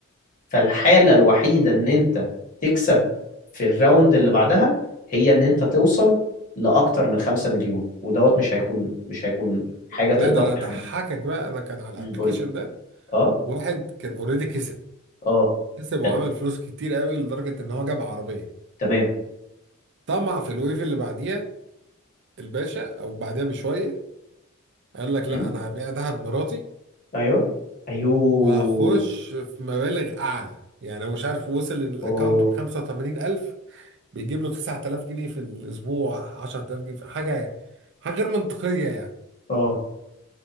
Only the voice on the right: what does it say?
لا
ده انا هضحكك
بقى انا كان على
الابلكيشن
ده
واحد كان اوريدي كسب
كسب وعمل
فلوس كتير قوي لدرجه ان هو جاب عربيه
طمع في الويف اللي بعديها الباشا او بعديها بشويه قال لك لا
انا هبيع دهب مراتي
وهخش في مبالغ اعلى يعني هو مش عارف وصل ان الاكونت
ب 85000 بيجيب له 9000 جنيه في الاسبوع 10000 جنيه في حاجه حاجه غير منطقيه يعني